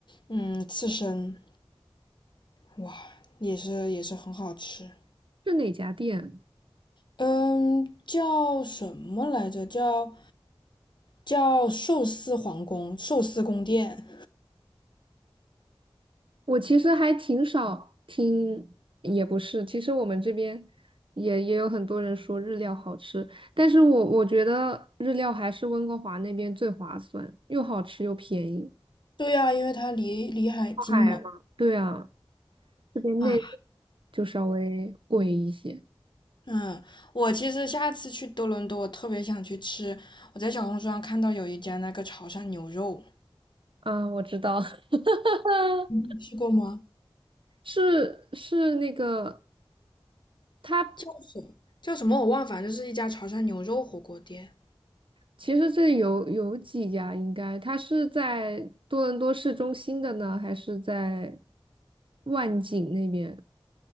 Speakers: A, on the left; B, on the right.
A: 嗯刺身，哇，也是也是很好吃。
B: 是哪家店？
A: 嗯，叫什么来着？叫叫寿司皇宫、寿司宫殿。
B: 我其实还挺少听，也不是，其实我们这边也也有很多人说日料好吃，但是我我觉得日料还是温哥华那边最划算，又好吃又便宜。
A: 对呀、因为它离离海近嘛。
B: 靠海嘛。对啊，这边内陆
A: 啊，
B: 就稍微贵一些。
A: 嗯，我其实下次去多伦多，我特别想去吃。我在小红书上看到有一家那个潮汕牛肉，
B: 啊，我知道，<laughs>
A: 你吃过吗？
B: 是是那个。他。
A: 叫什么？叫什么我忘了反正就是一家潮汕牛肉火锅店。
B: 其实这里有有几家，应该它是在多伦多市中心的呢，还是在万景那边？